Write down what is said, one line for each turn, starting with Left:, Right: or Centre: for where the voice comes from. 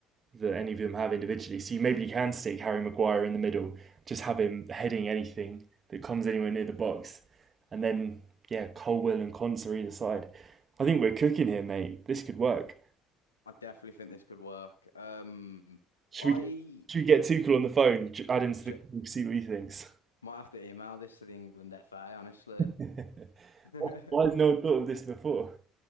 Right: that any of them have individually. So you maybe you can stick Harry Maguire in the middle, just have him heading anything that comes anywhere near the box, and then yeah, Colwell and Conts are either side. I think we're cooking here, mate. This could work.
Left: I definitely think this could work. Um,
Right: Should
Left: I
Right: we get should we get Tuchel on the phone, add him to
Left: j
Right: the call, see what he thinks?
Left: might have to email this to the England FA, honestly.
Right: <laughs>
Left: <laughs>
Right: Why has no one thought of this before?